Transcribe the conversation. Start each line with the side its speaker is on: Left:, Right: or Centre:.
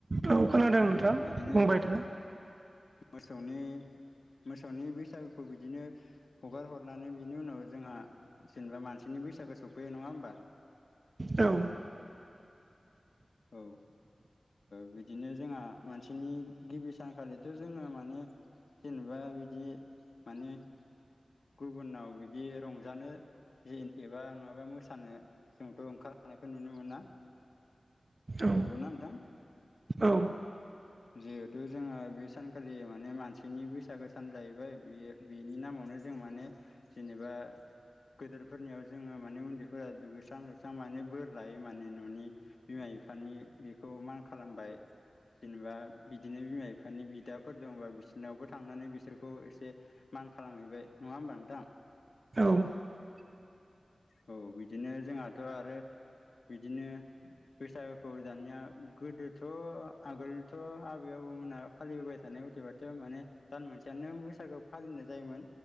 Right: औ खोनादों नोंथां
Left: औ बिदिनो
Right: बुंबाय था
Left: मोसौनि मोसौनि बैसागुखौ बिदिनो हगार हरनानै बिनि उनाव जोंहा जेनेबा मानसिनि बैसागो सफै नङा होमबा
Right: औ
Left: औ बिदिनो जोंहा मानसिनि गिबि सानखालिथ' जोङो माने जेनेबा बिदि माने गुबुनाव बिदि रंजानो जे एबा नङाबा मोसानो जोंथ' ओंखारलांना- खौ नुनो मोना
Right: औ
Left: नंगौना नोंथां
Right: औ
Left: जिहेथु जोङो बे सानखालि माने मानसिनि बैसागो सान जाहैबाय बे बेनि नो नामावनो जों माने जेनेबा गोदोरफोरनियाव जोङो माने उन्दैफोरा दुगैस्रां लोबस्रां माने बोर लायो माने न'नि बिमा बि- फानि बेखौ मान खालामबाय जेनेबा बिदिनो बिमा बिफानि बिदाफोर दङबा बिसोरनावबो थांनानै बिसोरखौ एसे मान खालामहैबाय नङा होमबा नोंथां
Right: औ
Left: औ बिदिनो जोंहाथ' आरो बिदिनो बैसागुखौ दानिया गोदोथ' आगोलथ' आबै आबौमोना फालिबोबाय थानाय बाथ' माने दान मोनसेयानो बैसागु फालिनाय जायोमोन।